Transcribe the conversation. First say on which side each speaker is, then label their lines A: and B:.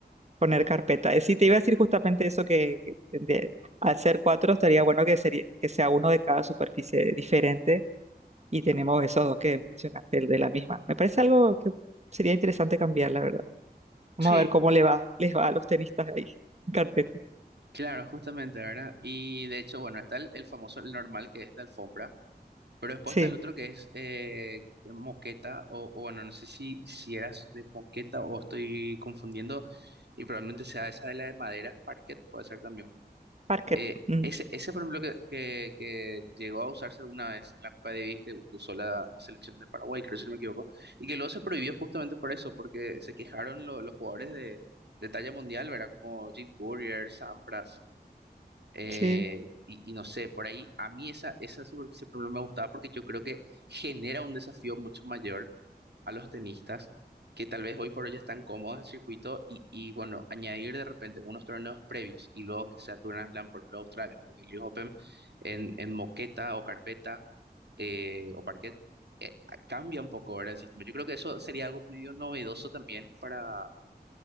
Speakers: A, on the right; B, on the right.
A: poner carpeta. Eh, Sí, te iba a decir justamente eso que que de- al ser cuatro estaría bueno que, sería, que sea uno de cada superficie diferente y tenemos esos dos que mencionaste, el de la misma. Me parece algo que sería interesante cambiar, la verdad. Vamos
B: Sí,
A: a ver cómo le va, les va a los tenistas ahí. en Carpeta.
B: claro, justamente, ¿verdad? Y de hecho, bueno, está el, el famoso, el normal, que es de alfombra, pero después
A: Sí,
B: está el otro que es eh, moqueta, o, o bueno, no sé si, si eras de moqueta o estoy confundiendo, y probablemente sea esa de la de madera, parquet, puede ser también.
A: parquet.
B: Eh,
A: mm,
B: ese, ese, por ejemplo, que, que, que llegó a usarse alguna vez en la Copa Davis, que usó la, la selección de Paraguay, creo si no me equivoco, y que luego se prohibió justamente por eso, porque se quejaron lo- los jugadores de, de talla mundial, ¿verdad? Como Jim Courier, Sampras, eh,
A: sí,
B: y, y no sé, por ahí a mí esa, esa superficie por ejemplo, me gustaba porque yo creo que genera un desafío mucho mayor a los tenistas que tal vez hoy por hoy ya están cómodos en el circuito y, y, bueno, añadir de repente unos torneos previos y luego que sea Turner Slam por Blue Australia o en el US Open en, en moqueta o carpeta eh, o parquet, eh, a- cambia un poco ahora el sistema. Yo creo que eso sería algo medio novedoso también para,